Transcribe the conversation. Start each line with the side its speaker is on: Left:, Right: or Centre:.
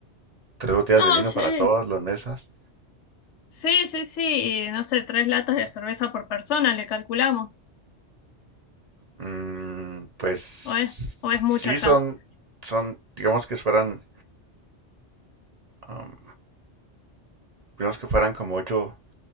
Right: tres botellas
Left: No,
Right: de vino
Left: sí.
Right: para todas las mesas.
Left: Sí, sí, sí. y no sé, tres latas de cerveza por persona, le calculamos.
Right: Mm, pues
Left: O es, o es mucho
Right: sí
Left: ya.
Right: son, son, digamos que fueran, am, digamos que fueran como ocho.